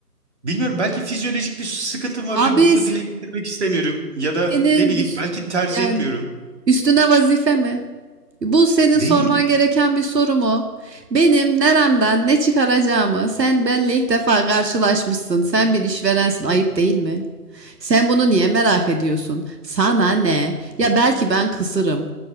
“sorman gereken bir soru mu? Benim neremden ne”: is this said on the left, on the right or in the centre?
Right